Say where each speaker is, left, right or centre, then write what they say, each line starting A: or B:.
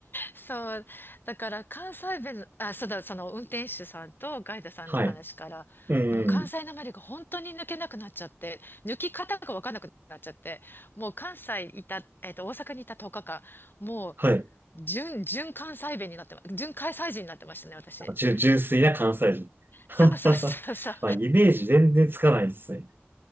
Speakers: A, on the left; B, on the right.
A: そう、だから関西弁の、あ、そうだ、その運転手さんとガイドさんの話から、
B: はい。うん。
A: もう関西なまりが本当に抜けなくなっちゃって、抜き方がわかんなくなっちゃって、もう関西いた、えっと、大阪にいた10日間、もう
B: はい。
A: 純、純関西弁になってま、純関西人になってましたね、私。
B: 純、純粋な関西人。<laughs>
A: そうそうそうそう。
B: まあ、イメージ全然つかないですね。